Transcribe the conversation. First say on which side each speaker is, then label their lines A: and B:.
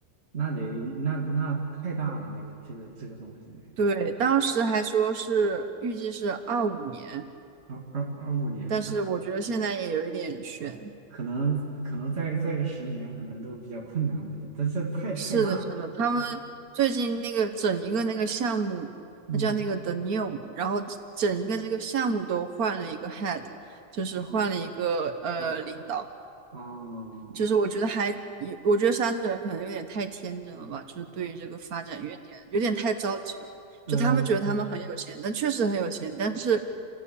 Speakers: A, on the right (about 45°); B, on the right (about 85°).
A: 那得那那太大了，那个这个这个东西得
B: 对，当时还说是预计是二五年，
A: 二二二五年，
B: 但是我觉得现在也有一点悬。
A: 啊可能可能再再个十年，可能都比较困难，我觉得这这太太大了，
B: 是的，是的，
A: 实在是
B: 他们最近那个整一个那个项目，
A: 嗯
B: 它叫那个 The New，然后整一个这个项目都换了一个 head，就是换了一个呃领导，
A: 嗯哦嗯
B: 就是我觉得还有，我觉得沙特人可能有点太天真了吧，就是对于这个发展有点有点太着急了。
A: 呃，
B: 就他们觉得他们很有钱，但确实很有钱，但是